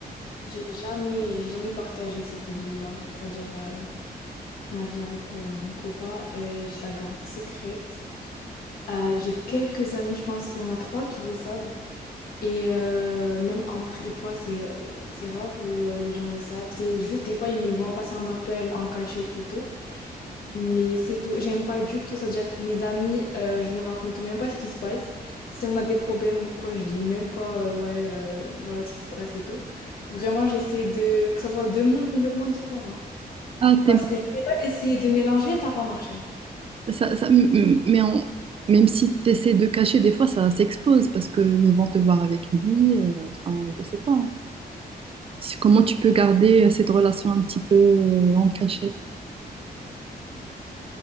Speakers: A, on the left (about 65°); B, on the right (about 35°).
A: j'ai jamais, j'ai jamais partagé cette vie-là. C'est-à-dire, euh, ma vie avec euh, mon copain, euh, je la garde secrète. Euh, j'ai quelques amis, je pense, il y en a trois qui le savent. Et euh, même en prépa, c'est, euh, c'est rare où euh, les gens le savent. C'est juste des fois, ils me voient passer un appel en cachette et tout. Mais c'est tout. J'aime pas du tout. C'est-à-dire, mes amis, euh, je leur raconte même pas ce qui se passe. Si on a des problèmes ou quoi, je dis même pas, euh, ouais, euh, voilà ce qui se passe et tout. Vraiment, j'essaie de... que ça soit deux mondes complètement différents.
B: Ah, t'es
A: Parce que j'ai déjà essayé de mélanger, ça n'a pas marché.
B: Ça, ça- m- m- mais en- même si tu essaies de cacher, des fois, ça s'expose parce qu'ils vont te voir avec lui. euh, enfin, je sais pas. hein. Si- Comment tu peux garder euh, cette relation un petit peu euh, en cachette?